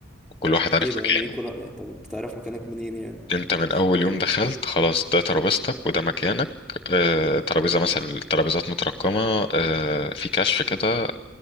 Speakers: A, on the left; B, in the centre.
A: كل واحد عارف
B: ايه ده
A: مكانه
B: يعني ايه كل يعني طب انت تعرف مكانك منين يعني
A: انت من اول يوم دخلت خلاص ده ترابيزتك وده مكانك آه، ترابيزه مثلا الترابيزات مترقمه آه، في كشف كده